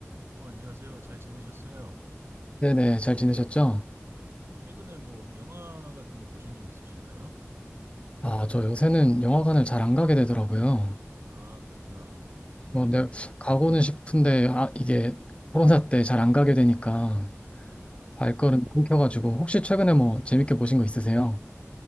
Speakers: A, on the right (about 55°); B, on the left (about 25°).
A: 어, 안녕하세요. 잘 지내셨어요?
B: 네네, 잘 지내셨죠?
A: 최근에 뭐 영화 같은 거 보신 적 있으신가요?
B: 아, 저 요새는 영화관을 잘 안 가게 되더라고요.
A: 아, 그렇구나. 음,
B: 뭐, 내 가고는 싶은데, 아, 이게 코로나 때 잘 안 가게 되니까
A: 네네네.
B: 발걸음이 끊겨가지고, 혹시 최근에 뭐 재밌게 보신 거 있으세요?